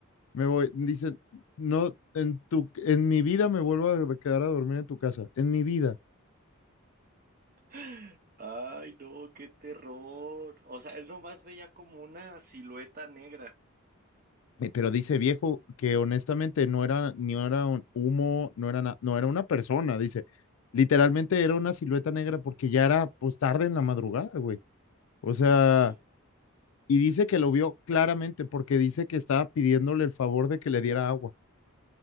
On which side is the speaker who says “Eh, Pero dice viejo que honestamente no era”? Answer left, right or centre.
Left